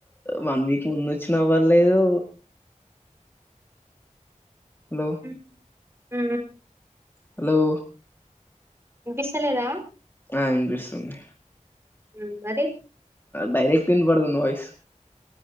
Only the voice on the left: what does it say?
వన్ వీక్ ముందొచ్చిన పర్లేదు హలో
హలో
ఆ వినిపిస్తుంది
డైరెక్ట్ విన్ పడుతుంది వయిస్